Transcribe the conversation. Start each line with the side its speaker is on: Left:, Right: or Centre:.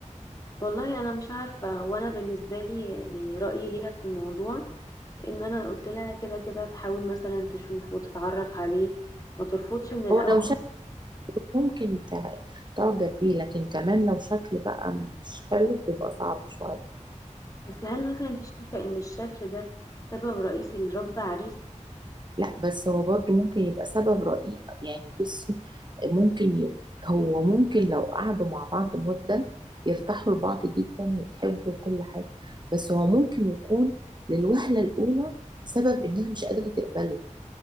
Left: والله أنا مش عارفة هو أنا بالنسبة لي يعني رأيي ليها في الموضوع إن أنا قلت لها كده كده تحاول مثلا تشوف وتتعرف عليه ما ترفضش من الأول
Right: هو لو شكل ممكن تع- تعجب بيه لكن كمان لو شكل بقى مش حلو بيبقى صعب شوية
Left: بس هل مثلا أنت شايفة إن الشكل ده سبب رئيسي لرفض عريس؟
Right: لا بس هو برضو ممكن يبقى سبب رئيسي يعني بصي ممكن ي... هو ممكن لو قعدوا مع بعض مدة يرتاحوا لبعض جدا وتحبوا وكل حاجة بس هو ممكن يكون للوهلة الأولى سبب إنها مش قادرة تقبله